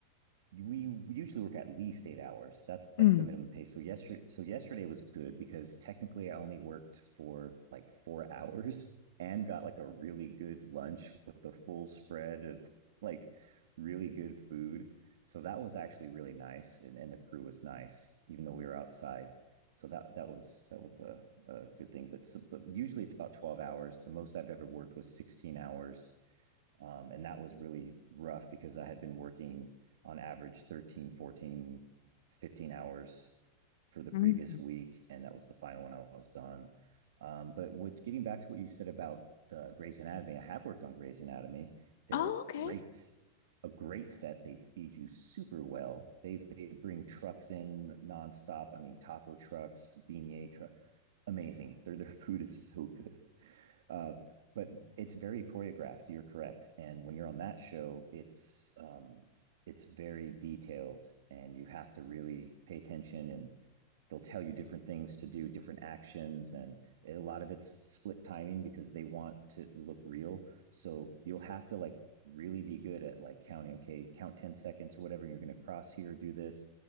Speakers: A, on the right (about 80°); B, on the left (about 70°).
A: we usually work at least eight hours. That's like
B: Mm.
A: the minimum pay. So yesterday, so yesterday was good because technically I only worked for like four <laughs> hours and got like a really good lunch with the full spread of <laughs> like really good food. So that was actually really nice, and, and the crew was nice, even though we were outside. So that that was that was a, a good thing. But so, but usually it's about twelve hours. The most I've ever worked was sixteen hours um, and that was really rough because I had been working on average 13, 14, 15 hours for the
B: Mhm.
A: previous week. And that was the final one I was done. Um, but what, getting back to what you said about uh, Grey's Anatomy, I have worked on Grey's Anatomy. They're
B: Oh,
A: a
B: okay.
A: great a great set. They feed you super well. They they bring trucks in nonstop. I mean, taco trucks, beignet truck, amazing. Their their food is so good. Uh, but it's very choreographed. You're correct. And when you're on that show, it's um, it's very detailed, and you have to really pay attention. And they'll tell you different things to do, different actions, and a lot of it's split timing because they want to look real. So you'll have to like really be good at like counting. Okay, count ten seconds or whatever. And you're going to cross here, do this,